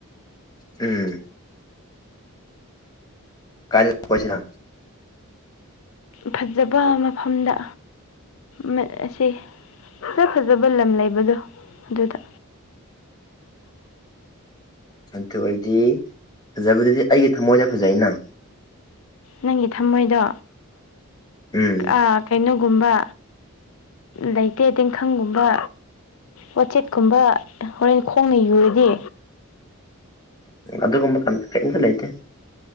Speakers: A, on the left (about 20°); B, on the left (about 65°).
A: ꯎꯝ ꯀꯥꯏꯗ ꯀꯣꯏꯁꯦꯅꯣ
B: ꯐꯖꯕ ꯃꯐꯝꯗ ꯃꯥ ꯑꯁꯤ ꯐꯖ ꯐꯖꯕ ꯂꯝ ꯂꯩꯕꯗꯣ ꯑꯗꯨꯗ
A: ꯑꯗꯨ ꯑꯣꯏꯗꯤ ꯐꯖꯕꯗꯗꯤ ꯑꯩꯒꯤ ꯊꯃꯣꯏꯗ ꯐꯖꯩꯅ
B: ꯅꯪꯒꯤ ꯊꯝꯃꯣꯏꯗꯣ
A: ꯎꯝ
B: ꯑꯥ ꯀꯩꯅꯣꯒꯨꯝꯕ ꯂꯩꯇꯦ ꯇꯦꯡꯈꯪꯒꯨꯝꯕ ꯋꯥꯆꯦꯠꯀꯨꯝꯕ ꯍꯣꯔꯦꯟ ꯈꯣꯡꯅ ꯌꯨꯔꯗꯤ
A: ꯑꯗꯨꯒꯨꯝꯕ ꯀꯝ ꯀꯩꯝꯇꯥ ꯂꯩꯇꯦ